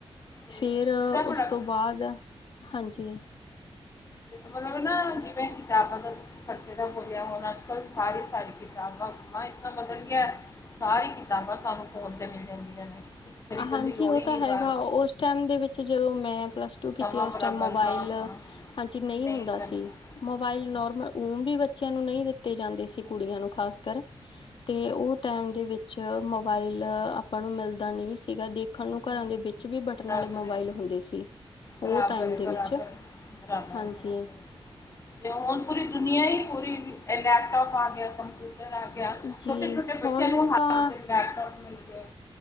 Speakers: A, on the left (about 30°); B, on the left (about 60°).
A: ਤੇ
B: ਫਿਰ
A: ਇਹਦਾ
B: ਉਸ
A: ਬੜਾ
B: ਤੋਂ ਬਾਅਦ ਹਾਂਜੀ।
A: ਮੱਤਲਬ ਨਾ, ਜਿਵੇ ਕਿਤਾਬਾਂ ਦਾ ਖਰਚੇ ਦਾ ਬੋਲਿਆ ਹੁਣ ਅੱਜ- ਕੱਲ੍ਹ, ਸਾਰੀ -ਸਾਰੀ ਕਿਤਾਬਾਂ ਸਮਾਂ ਇਨਾ ਬਦਲ ਗਿਆ। ਸਾਰੀ ਕਿਤਾਬਾਂ, ਸਾਨੂੰ ਫੋਨ ਤੇ ਮਿਲ ਜਾਂਦੀਆਂ ਨੇ। ਖਰੀਦਣ
B: ਆ ਹਾਂਜੀ,
A: ਦੀ ਲੋੜ
B: ਓ
A: ਹੀ ਨਹੀਂ
B: ਤਾ ਹੈਗਾ,
A: ਬਾਹਰ
B: ਓਸ ਟਾਈਮ ਦੇ ਵਿੱਚ ਜਦੋ ਮੈਂ ਪਲੱਸ
A: ਸਮਾਂ
B: ਟੂ ਕੀਤੀ, ਓਸ
A: ਬਰਾਬਰ
B: ਟਾਈਮ ਮੋਬਾਇਲ,
A: ਹਾਂ ਹਾਂ
B: ਹਾਂਜੀ, ਨਈ
A: ਨਹੀਂ
B: ਹੁੰਦਾ
A: ਸਨ
B: ਸੀ। ਮੋਬਾਇਲ
A: ਹਾਂਜੀ
B: ਨੋਰਮਲ, ੳ ਵੀ ਬੱਚਿਆਂ ਨੂੰ ਨਹੀਂ ਦਿੱਤੇ ਜਾਂਦੇ ਸੀ,
A: ਹਾਂ
B: ਕੁੜੀਆਂ, ਨੂੰ ਖ਼ਾਸ ਕਰ ਅਤੇ, ਉਹ ਟਾਈਮ ਦੇ ਵਿੱਚ ਮੋਬਾਈਲ ਆਪਾਂ ਨੂੰ, ਮਿਲਦਾ ਨਹੀਂ ਸੀ। ਸੀਗਾ ਦੇਖਣ ਨੂੰ,
A: ਨਹੀਂ
B: ਘਰਾਂ ਦੇ ਵਿੱਚ ਵੀ ਬਟਨ
A: ਬਰਾਬਰ
B: ਵਾਲੇ, ਮੋਬਾਈਲ
A: ਹੈ
B: ਹੁੰਦੇ ਸੀ। ਓ
A: ਬਰਾਬਰ
B: ਟਾਈਮ
A: ਹੈ
B: ਦੇ
A: ਬਰਾਬਰ
B: ਵਿੱਚ,
A: ਹੈ ਬਰਾਬਰ
B: ਹਾਂਜੀ।
A: ਹੈ ਬਰਾਬਰ ਹੈ। ਤੇ ਹੁਣ ਪੂਰੀ ਦੁਨਆ ਹੀ, ਪੂਰੀ ਲੈਪਟੋਪ ਆ, ਗਿਆ ਕੰਪਿ? ਜਾ ਲੈ ਕੇ ਆ,
B: ਜੀ
A: ਛੋਟੇ, ਛੋਟੇ ਬੱਚਿਆਂ
B: ਹੁਣ
A: ਨੂੰ, ਲੈਪਟੋਪ
B: ਤਾਂ
A: ਮਿਲ ਗਿਆ।